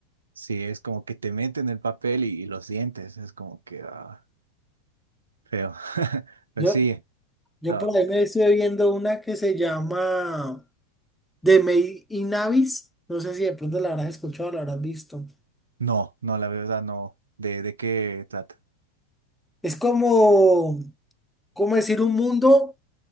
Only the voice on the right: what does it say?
Sí, es como que te meten el papel y, y lo sientes, es como que ah, feo. <laughs> Pues
sí.
No,
no, no, la verdad no. ¿De, de qué trata?